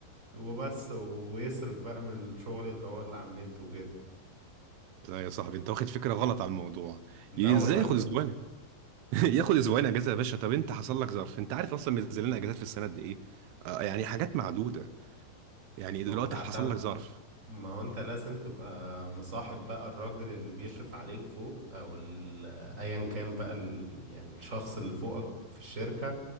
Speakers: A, on the right; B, on the right.
A: وبس ويصرف بقى من الشغل اللي هو اللي على النت وكده
B: لا يا صاحبي انت واخد فكره غلط على الموضوع
A: لا
B: ي-
A: والله
B: ازاي ياخد
A: بجد
B: اسبوعين <laughs> ياخد اسبوعين اجازه يا باشا طب انت حصل لك ظرف انت عارف اصلا منزل لنا اجازات في السنه قد ايه آه يعني حاجات معدوده يعني
A: ما
B: دلوقتي
A: هو تعتمد
B: حصل لك ظرف
A: ما هو انت لازم تبقى مصاحب بقى الراجل اللي بيشرف عليك فوق او ال- ايا كان بقى ال... يعني الشخص اللي فوقك في الشركة